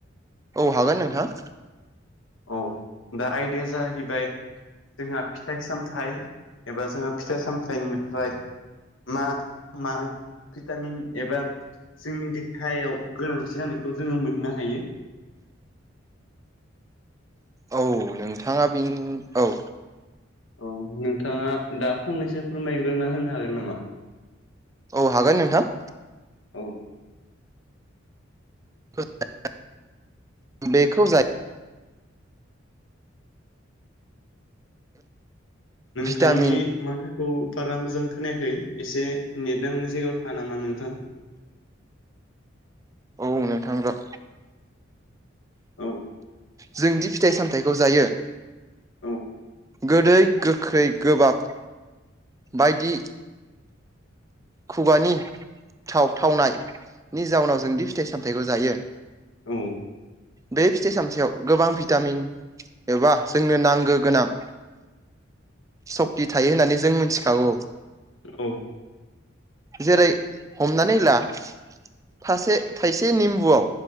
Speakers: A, on the right (about 15°); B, on the left (about 85°).
A: औ हागोन नोंथां।
B: औ दा आयदाया जाहैबाय जोंहा फिथाइ सामथाइ एबा जोंहा फिथाइ सामथाइनिफ्राय म मा भिटामिन एबा जोंनि देहायाव गोनांथि जानायखौ जोङो मोननो हायो।
A: औ नोंथाङा बे औ
B: औ नोंथाङा दा फंनैसो फोरमायग्रोना होनो हागोन नामा?
A: औ हागोन नोंथां।
B: औ
A: <unintelligible> बेखौ जायो
B: नोंथांनि
A: भिटामिन
B: माथो खौ बारा मोजां खोनायाखै एसे नेट नांनाय जायगायाव था नामा नोंथां?
A: औ नोंथां र'
B: औ
A: जोंदि फिथाइ सामथाइखौ जायो
B: औ
A: गोदै गोखै गोबाब बायदि खुगानि थाव थावनायनि जाउनाव जोंदि फिथाइ सामथाइखौ जायो
B: औ
A: बे फिथाइ सामथाइयाव गोबां भिटामिन एबा जोंनो नांगो गोनां सक्थि थायो होननानै जों मिथिखागौ।
B: औ
A: जेरै हमनानै ला थासे-थायसे निम्बुआव